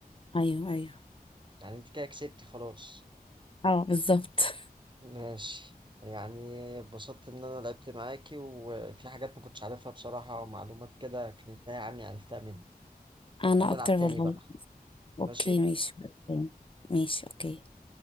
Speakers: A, on the left; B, on the right.
A: أيوه أيوه
B: يعني انت كده كسبتي خلاص
A: اه بالظبط
B: ماشي يعني اتبسطت إن أنا لعبت معاكي وفي حاجات ما كنتش عارفها بصراحة ومعلومات كده كانت تايهة عني عرفتها مني
A: انا
B: نبقى نلعب
A: اكتر والله
B: تاني بقى
A: اوكي
B: ماشي
A: ماشي اوكي ماشي اوكي